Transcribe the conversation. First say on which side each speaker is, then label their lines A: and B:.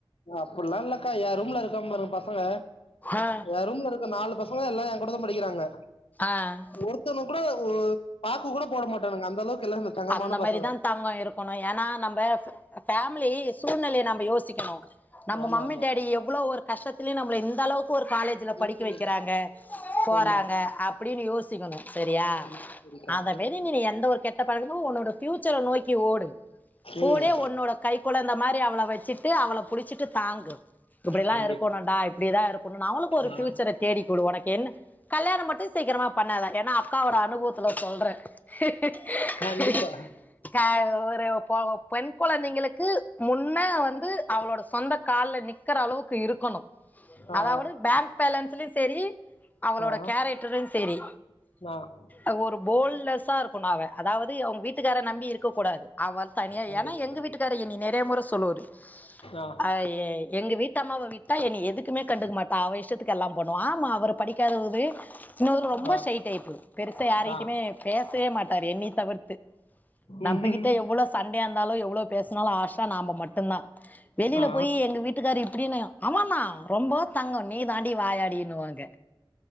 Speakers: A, on the left; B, on the left.
A: அப்டில்லா இல்லக்கா யா ரூம்ல இருக்கா பாருங்க பசங்க
B: ஆ
A: ஏ ரூம்ல இருக்க நாலு பசங்கள எல்லா ஏ கூட தா படிக்கிறாங்க
B: ஆ
A: ஒரு ஒருத்தவன் கூட பாக்கு கூட போட மாட்டானுங்க அந்த அளவுக்கு எல்லா தங்கமான
B: அந்த மாரிதா
A: பசங்க
B: தங்கம் இருக்கணும் ஏனா நம்ம ஃபேமிலி சூழ்நிலைய நம்ப யோசிக்கணும் நம்ம
A: ஆமா
B: மம்மி
A: ஆமா
B: டாடி எவ்ளோ ஒரு கஷ்டத்துலயு நம்மள இந்த அளவுக்கு ஒரு காலேஜ்ல படிக்க
A: ம்
B: வக்கிறாங்க போறாங்க
A: ஆமா
B: அப்டின்னு யோசிக்கணும் சரியா
A: ம் சரிக்கா
B: அத விட் <unintelligible> எந்த ஒரு கெட்ட பழக்கமு ஒன்னோட பியூச்சர நோக்கி ஓடு கூடே
A: ம்
B: ஒன்னோட கை கொழந்த மாரி அவள வச்சுட்டு அவள புடிச்சிட்டு தாங்கு இப்டிலா
A: கண்டிப்பா
B: இருக்கணுடா இப்டிதா இருக்கணு அவளுக்கு ஒரு
A: ஆ
B: ஃபியூச்சர தேடி குடு ஒனக்கு என்ன கல்யாண மட்டும் சீக்கிரமா பண்ணாதா ஏனா அக்காவோட அனுபவத்துல சொல்றே <inaudible>
A: கண்டிப்பா
B: க ஒரு ஒ பெண் கொழந்தைங்களுக்கு முன்ன வந்து அவளோட சொந்த கால்ல நிக் நிக்ற அளவுக்கு இருக்கணு
A: ஆ
B: அதாவது பேங்க் பேலன்ஸ்லயு சரி அவளோட
A: ஆ
B: கேரக்ட <unintelligible> சேரி
A: <inaudible>
B: அவ ஒரு போல்லெஸ்ஸா இருக்குனு அவ அதாவது அவுங்க வீட்டுக்கார நம்பி இருக்க கூடாது அவ தனியா
A: கண்டிப்பா
B: ஏனா எங்க
A: கண்டிப்பா
B: வீட்டுக்கார எனைய நெறய முறை சொல்லுவாரு
A: ஆ
B: அ எ எங்க வீட்டு அம்மாவ வீட் விட்டா என எதுக்குமே கண்டுக்க மாட்டா அவே இஷ்டத்துக்கு எல்லா பண்ணுவா ஆமா அவரு படிக்காதவரு இன்னொரு ரொம்ப
A: ஆ
B: சை டைப் பெருசா யாருகிட்டயுமே
A: ஆ
B: பேச பேசவே மாட்டாரு எண்ணிய தவிர்த்து நம்மகிட்ட
A: ம்
B: எவ்ளோ சண்டயா இருந்தாலு எவ்ளோ பேசுனாலு ஆஷா நாம மட்டுதா வெளில
A: ஆ
B: போய் எங்க வீட்டுக்கார் எப்டின்னு ஆமாமா ரொம்ப தங்கோ நீ தாண்டி வாயாடினுவாங்க